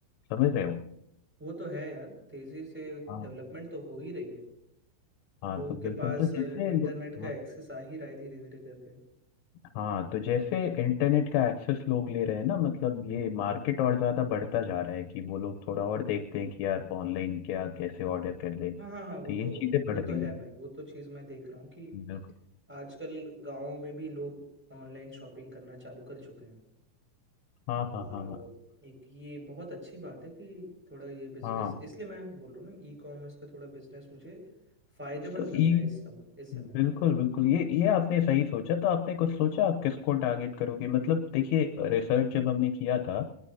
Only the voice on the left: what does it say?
समझ रहे हो
हाँ
हाँ
तो
बिल्कुल
तो जैसे
लो-
हाँ
हाँ तो जैसे इंटरनेट का एक्सेस लोग ले रहे हैं ना मतलब ये मार्केट और ज़्यादा बढ़ता जा रहा है कि वो लोग थोड़ा और देखते हैं कि यार ऑनलाइन क्या कैसे ऑर्डर कर ले तो
ये
चीज़ें
बढ़ रही
हैं
बिल्कुल
हाँ
हाँ हाँ हाँ
हाँ
तो
ये
बिल्कुल
बिल्कुल ये ये आपने सही सोचा तो आपने कुछ सोचा आप किसको टारगेट करोगे मतलब देखिए रिसर्च जब हमने किया था